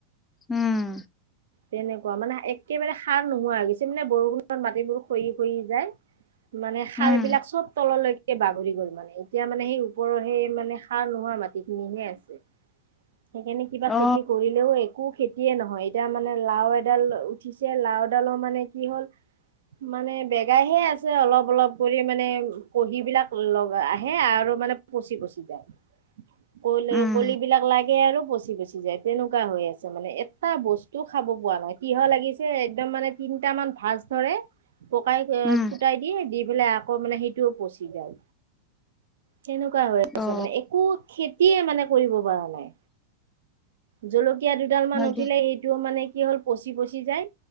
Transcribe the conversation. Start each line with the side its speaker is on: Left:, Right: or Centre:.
Left: উম,
Right: তেনেকুৱা মানে একেবাৰে সাৰ নোহোৱা হৈ গৈছে, মানে বৰষুণত মাটিবোৰ খহি খহি যায়। মানে সাৰ
Left: উম
Right: বিলাক চব তললৈ বাগৰি গ'ল মানে, এতিয়া মানে সেই ওপৰৰ সেই মানে সাৰ নোহোৱা মাটি খিনিহে আছে। সেইকাৰণে কিবা
Left: অ
Right: খেতি কৰিলেও একো খেতিয়ে নহয় এতিয়া মানে লাও এডাল উঠিছে লাও ডালৰ মানে কি হ'ল মানে বেগাই হে আছে অলপ অলপ কৰি মানে পহি বিলাক লগ আহে আৰু আৰু মানে পচি পচি যায়। কল
Left: উম
Right: কলিবিলাক লাগে আৰু পচি পচি যায় তেনেকুৱা হৈ আছে মানে এটা বস্তু টো খাব পোৱা নাই, তিহ লাগিছে একদম মানে তিনটা মান ভাজ ধৰে পকাই
Left: উম
Right: ফুটাই দি, দি পেলাই আকৌ মানে সেইটোও পচি যায়। তেনেকুৱা হৈ আছে
Left: অ
Right: মানে একো খেতিয়ে মানে কৰিব পৰা নাই, জল এতিয়া দুডালমান
Left: হয়
Right: উঠিলে
Left: দিয়া
Right: এই মানে কি হ'ল পচি পচি যায়,